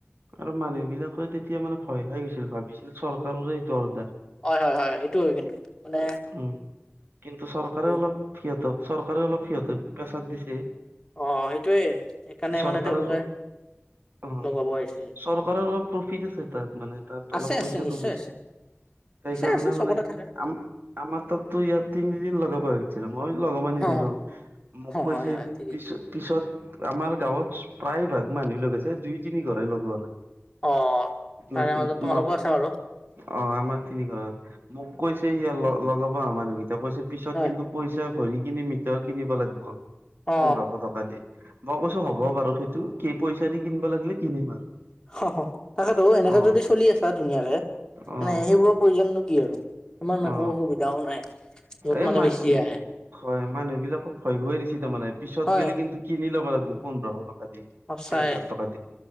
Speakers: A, on the right; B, on the left.
A: আৰু মানুহ বিলাকে তেতিয়া মানে ভয় খাই গৈছিল, ভাবিছিল চৰকাৰৰে এইটো অৰ্ডাৰ।
B: হয় হয় হয় এইটো হয় কিন্তু মানে
A: উম, কিন্তু চৰকাৰে
B: হেৰি
A: অলপ সিহঁতক, চৰকাৰেও অলপ সিহঁতক পেছাৰ দিছে।
B: অ, সেইটোৱেই, সেইকাৰণে
A: চৰকাৰৰ
B: মানে তেওঁলোকে
A: অ,
B: লগাব আহিছিল
A: চৰকাৰৰ অলপ প্ৰফিট আছে তাত, মানে তাত
B: আছে
A: অলপ
B: আছে
A: পইচাটো
B: নিশ্চয়
A: বেছি।
B: আছে
A: সেইকাৰণে
B: নিশ্চয় আছে চবতে
A: মানে
B: থাকে
A: আম-আমাৰ তাতো ইয়াত তিনিদিন লগাব আহিছে। মই লগাব নিদিলো,
B: অ
A: মোক কৈছে
B: হয় হয় ঠিকেই
A: পিছ-পিছত আমাৰ গাঁৱত প্ৰায় ভাগ মানুহ লগাইছে, দুই-তিনি ঘৰে লগোৱা নাই।
B: অ,
A: উম,
B: তাৰে মাজত
A: উম,
B: তোমালোকও
A: ন
B: আছা আৰু।
A: অ, আমাৰ তিনি ঘৰ। মোক কৈছে ইয় লগাব মানুহকেইটা কৈছে, পিছত
B: হয়
A: কিন্তু পইচা ভৰি কিনি মিটাৰ কিনিব লাগিব,
B: অ
A: পোন্ধৰশ টকা দি। মই কৈছো হ'ব
B: অ
A: বাৰু। সেইটো কি পইচা দি কিনিব লাগিলে কিনিম আৰু।
B: অ, তাকেতো, এনেকে
A: অ
B: যদি চলি আছা ধুনীয়াকে,
A: অ
B: মানে সেইবোৰৰ প্ৰয়োজন নো কি আৰু। ইমান একো
A: অ
B: অসুবিধাও নাই। য'ত
A: এই
B: মানে
A: মা
B: বেছিয়ে আহে
A: হয়, মানুহ বিলাকক ভয় খোৱাই দিছে তাৰমানে, পিছত
B: হয়
A: গ'লে কিন্তু কিনি ল'ব লাগিব পোন্ধৰ শ টকা দি।
B: সঁচাই
A: দুই হাজাৰ টকা দি,